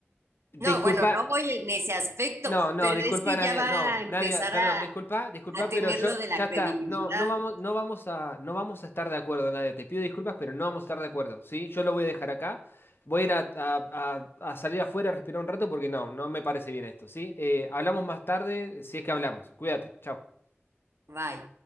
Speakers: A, on the right (about 80°); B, on the left (about 55°).
A: No,
B: Disculpa,
A: bueno, no voy en ese aspecto,
B: no, no,
A: pero
B: disculpa
A: es que
B: Nadia,
A: ya va
B: no,
A: a empezar
B: Nadia, perdón,
A: a,
B: disculpa, disculpa,
A: a tener
B: pero yo
A: lo de la
B: ya está,
A: credibilidad.
B: no, no vamos, no vamos a, no vamos a estar de acuerdo, Nadia, te pido disculpas, pero no vamos a estar de acuerdo, ¿sí? Yo lo voy a dejar acá, voy a ir a, a- a- a salir afuera a respirar un rato porque no, no me parece bien esto, ¿sí? Eh, hablamos más tarde, si es que hablamos, cuídate, chao.
A: Bye.